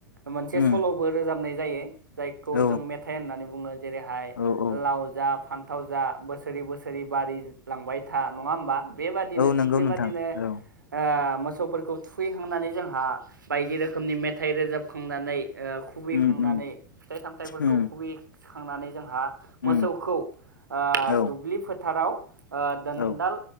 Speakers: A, on the right (about 75°); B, on the left (about 75°).
A: मोनसे
B: उम
A: सल'बो रोजाबनाय जायो जायखौ
B: औ
A: जों मेथाइ होननानै बुङो जेरैहाय
B: औ औ
A: लाव जा फान थाव जा बोसोरै बोसोरै बारि लांबाय था नङा होमबा बेबादिनो
B: औ
A: थिग
B: नंगौ
A: बेबादिनो
B: नोंथां औ
A: ओ मोसौफोरखौ थुखैखांनानै जोंहा बायदि रोखोमनि मेथाइ रोजाबखांनानै ओ खुबै
B: उम
A: खांनानै
B: उम
A: फिथाइ सामथाइफोरखौ
B: उम
A: खुबैखांनानै जोंहा मोसौखौ
B: उम औ
A: दुब्लि आ फोथाराव आ दोनदाल
B: औ